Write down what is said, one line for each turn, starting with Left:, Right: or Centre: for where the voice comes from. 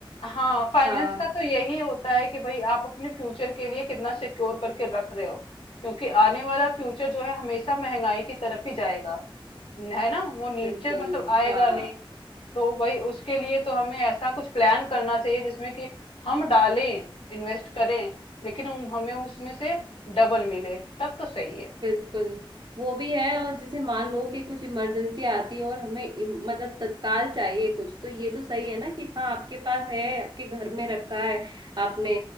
Left: हाँ फाइनेंस
Right: हाँ
Left: का तो यही होता है कि भाई आप अपने फ्यूचर के लिए कितना सिक्योर करके रख रहे हो क्योंकि आने वाला फ्यूचर जो है हमेशा महंगाई की तरफ ही जाएगा न- है ना वो नीचे
Right: बिल्कुल
Left: मतलब आएगा
Right: हाँ
Left: नहीं तो भाई उसके लिए तो हमें ऐसा कुछ प्लान करना चाहिए जिसमें कि हम डालें इन्वेस्ट करें लेकिन हम हमें उसमें से डबल मिले तब तो सही है
Right: बिल्कुल वो भी है और जैसे मान लो कि कुछ इमरजेंसी आती है और हमें इम- मतलब तत्काल चाहिए कुछ तो ये तो सही है ना कि हाँ आपके पास है आपके घर में रखा है आपने